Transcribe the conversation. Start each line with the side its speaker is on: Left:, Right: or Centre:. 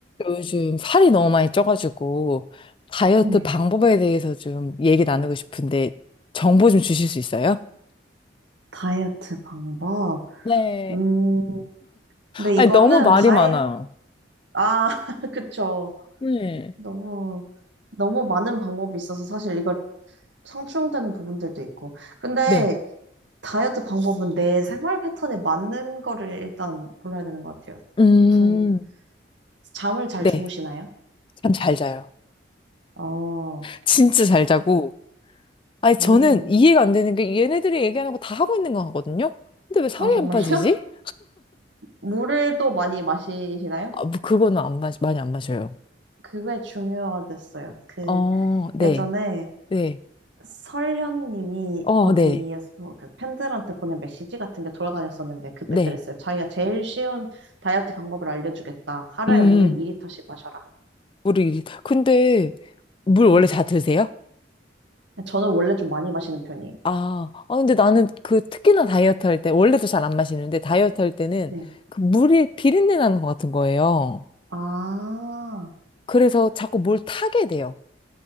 Left: 요즘 살이 너무 많이 쪄가지고 다이어트
Right: 네.
Left: 방법에 대해서 좀 얘기 나누고 싶은데 정보 좀 주실 수 있어요?
Right: 다이어트 방법.
Left: 네,
Right: 음, 근데
Left: 아니,
Right: 이거는
Left: 너무 말이
Right: 다이,
Left: 많아요.
Right: 아, <laughs> 그쵸.
Left: 네,
Right: 너무, 너무 많은 방법이 있어서 사실 이걸 상충되는 부분들도 있고. 근데
Left: 네.
Right: 다이어트 방법은 내 생활 패턴에 맞는 거를 일단 골라야 되는 것 같아요.
Left: 음,
Right: 우선, 잠을 잘
Left: 네.
Right: 주무시나요?
Left: 잠 잘 자요.
Right: 어,
Left: 진짜 잘 자고.
Right: 그-
Left: 아니, 저는
Right: 음,
Left: 이해가 안 되는 게 얘네들이 얘기하는 거 다 하고 있는 거 같거든요? 근데 왜 살이
Right: 아, 정말요?
Left: 안 빠지지?
Right: <laughs> 물을 또 많이 마시시나요?
Left: 아, 뭐 그거는 안 마, 많이 안 마셔요.
Right: 그게 중요하겠어요. 그,
Left: 어, 네.
Right: 예전에
Left: 네.
Right: 설현님이
Left: 어,
Right: 어디에서
Left: 네.
Right: 그 팬들한테 보낸 메시지 같은 게 돌아다녔었는데 그때
Left: 네.
Right: 그랬어요. 자기가 제일 쉬운 다이어트 방법을 알려주겠다. 하루에
Left: 음. 음.
Right: 물을 2리터씩 마셔라.
Left: 우리 근데 물
Right: 네.
Left: 원래 다 드세요?
Right: 저는 원래 좀 많이 마시는 편이에요.
Left: 아, 아 근데 나는 그 특히나 다이어트 할 때 원래도 잘 안 마시는데 다이어트 할 때는
Right: 네.
Left: 그 물이 비린내 나는 것 같은 거예요.
Right: 아,
Left: 그래서 자꾸 뭘 타게 돼요.